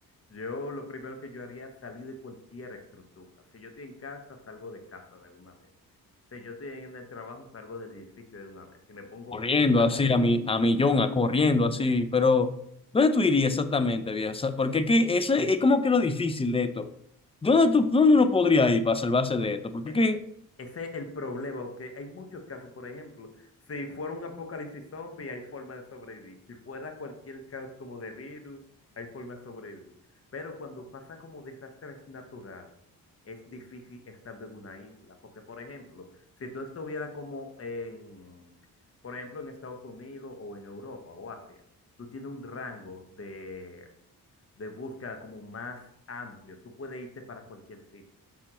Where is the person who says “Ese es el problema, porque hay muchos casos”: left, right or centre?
Left